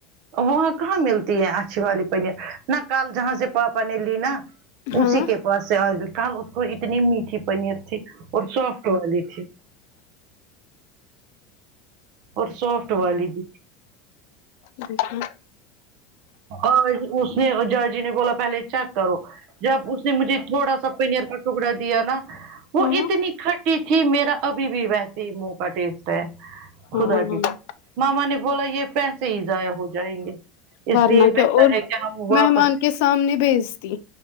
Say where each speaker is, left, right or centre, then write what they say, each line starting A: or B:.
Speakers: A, on the right (about 50°); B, on the left (about 65°).
A: وہاں کہاں ملتی ہے اچھی والی پنیر نہ کل جہاں سے پاپا نے لی نا
B: ہاں
A: اسی کے پاس سے آج کا اتنی میٹھی پنیر تھی اور سافٹ والی تھی اور سافٹ والی بھی
B: <unintelligible>
A: اور اس نے جرجی نے بولا پہلے چیک کرو جب اس نے مجھے تھوڑا سا پنیر کا ٹکڑا دیا نا وہ
B: ہاں
A: اتنی کھٹی تھی میرا ابھی بھی ویسے ہی منہ کا ٹیسٹ ہے
B: ہاں
A: خدا کی ماما نے بولا یہ پیسے ہی ضائع ہو جائیں گے اس
B: ورنہ
A: لیے
B: کیا
A: بہتر
B: اور
A: ہے کہ ہم
B: مہمان
A: واپس
B: کے سامنے بھیجتی